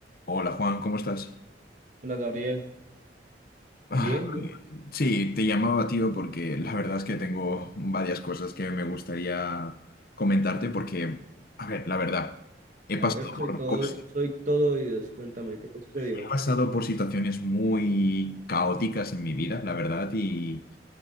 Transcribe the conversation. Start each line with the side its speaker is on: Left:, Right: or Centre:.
Left: Hola Juan, ¿cómo estás?
Right: Hola Gabriel,
Left: Ah,
Right: bien, bien.
Left: Sí, te llamaba tío porque la verdad es que tengo varias cosas que me gustaría comentarte porque, a ver, la verdad, he pasado
Right: A ver, soy
Left: por
Right: todo,
Left: cosas,
Right: soy todo oídos. Cuéntame, ¿qué te sucedió?
Left: he pasado por situaciones muy caóticas en mi vida, la verdad, y